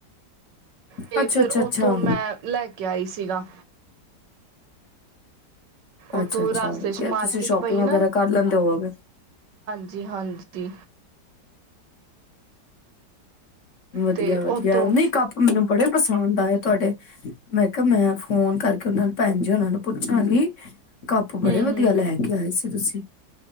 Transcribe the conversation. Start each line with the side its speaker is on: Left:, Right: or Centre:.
Right: ਤੇ
Left: ਅੱਛਾ,
Right: ਫਿਰ
Left: ਅੱਛਾ, ਅੱਛਾ,
Right: ਉੱਥੋਂ ਮੈਂ ਲੈ ਕੇ ਆਈ ਸੀ ਸੀਗਾ ਉੱਥੋਂ
Left: ਅੱਛਾ ਅੱਛਾ
Right: ਰਾਸਤੇ
Left: ਵਧੀਆ
Right: ਚ ਮਾਰਕੀਟ
Left: ਤੁਸੀਂ ਸ਼ੋਪਿੰਗ
Right: ਪਈ
Left: ਵਗੈਰਾ ਕਰ ਲੈਂਦੇ ਹੋਗੇ
Right: ਜੀ ਹਾਂਜੀ
Left: ਵਧੀਆ
Right: ਤੇ
Left: ਵਧੀਆ
Right: ਉੱਥੋਂ
Left: ਨਹੀਂ ਕੱਪ ਮੈਨੂੰ ਬੜੇ ਪਸੰਦ ਆਏ ਤੁਹਾਡੇ ਮੈਂ ਕਿਹਾ ਮੈਂ ਫੋਨ ਕਰਕੇ ਉਹਨਾਂ ਨੂੰ ਭੈਣ ਜੀ ਹੁਨਾ ਨੂੰ ਪੁੱਛਣਾ ਗੀ ਕੱਪ ਬੜੇ
Right: ਹੂੰ ਹੂੰ
Left: ਵਧੀਆ ਲੈ ਕੇ ਆਏ ਸੀ ਤੁਸੀਂ